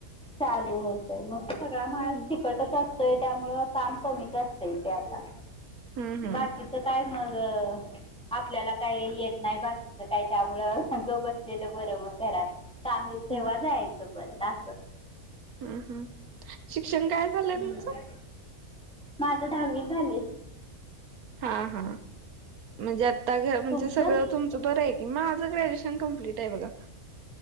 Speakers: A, in the centre; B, on the right.
A: चालू होतय मग सगळा
B: हम्म
A: माल चिकटच असतो. ते त्यामुळं काम कमीच असतयं तेे आता
B: हम्म हम्म
A: बाकी काय मग आपल्याला काय येत? नाही बाकीच काय त्यामुळं गप बसलेलं बरं मग घरात काम ईल
B: हम्म
A: तेव्हा जायच. परता
B: हम् हम् शिक्षण काय झालंय
A: हम्म.
B: तुमचं?
A: माझं दहावी झाले.
B: हा हा म्हणजे
A: हम्म.
B: आता घर म्हणजे
A: तुमचं
B: सगळं तुम बरं आहे की माझं ग्रॅज्युएशन कंप्लीट आहे बघा.